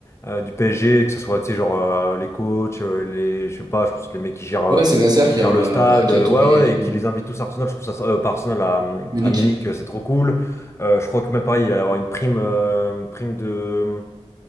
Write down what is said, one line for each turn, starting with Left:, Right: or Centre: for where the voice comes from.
Left: euh, du PSG, que ce soit, tu sais, genre, euh, les coachs, euh, les, je sais pas, je pense que les mecs qui gèrent, euh,
Right: Ouais, c'est Nasser
Left: qui
Right: qui a,
Left: gèrent
Right: euh,
Left: le stade,
Right: qui
Left: euh,
Right: a tout
Left: ouais,
Right: payé
Left: ouais,
Right: et tout.
Left: et qui les invitent tous à Arsenal, je trouve ça, euh, pas Arsenal, à,
Right: Munich.
Left: à Munich, euh, c'est trop cool, Euh, je crois que même pareil, il allait avoir une prime, euh, prime de